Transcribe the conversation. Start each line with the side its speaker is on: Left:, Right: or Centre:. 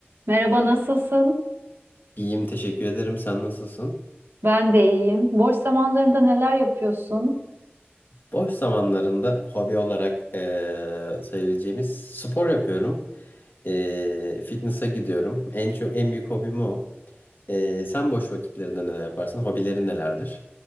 Right: Merhaba, nasılsın?
Left: İyiyim, teşekkür ederim. Sen nasılsın?
Right: Ben de iyiyim. Boş zamanlarında neler yapıyorsun?
Left: Boş zamanlarında hobi olarak eee, sayabileceğimiz spor yapıyorum. Eee fitness'a gidiyorum. En çok en büyük hobim o. Eee, sen boş vakitlerinde neler yaparsın? Hobilerin nelerdir?